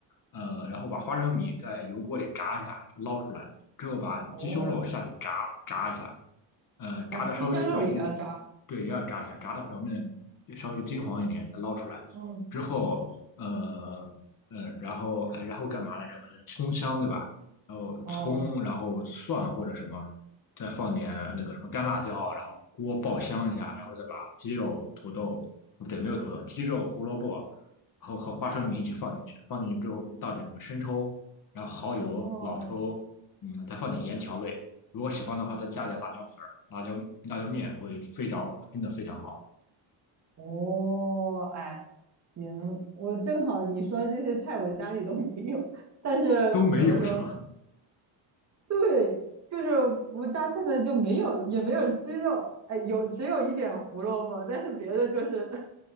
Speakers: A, on the left; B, on the right.
A: 呃，然后把花生米在油锅里炸一下，捞出来之后，把鸡胸肉下去炸炸一下，
B: 哦
A: 呃，炸的稍微表面，
B: 哦，鸡胸肉也要炸。
A: 对，也要炸一下，炸的表面稍微金黄一点，再捞出来之后，
B: 嗯，
A: 呃呃，然后哎，然后干嘛来着？我觉得葱香对吧？然后葱，
B: 哦，
A: 然后蒜或者什么。再放点那个什么干辣椒啊，然后锅爆香一下，然后再把鸡肉、土豆，哦不对，没有土豆，鸡肉、胡萝卜，然后和花生米一起放进去。放进去之后倒点什么生抽，然后蚝油、
B: 哦，
A: 老抽，嗯，再放点盐调味。如果喜欢的话，再加点辣椒粉儿、辣椒辣椒面，会非常真的非常好。
B: 哦，哎，行，我正好你说这些菜我家里都没有，但是怎么说？
A: 都没有是吗？
B: 对，就是我家现在就没有，也没有鸡肉，哎，有只有一点胡萝卜，但是别的就是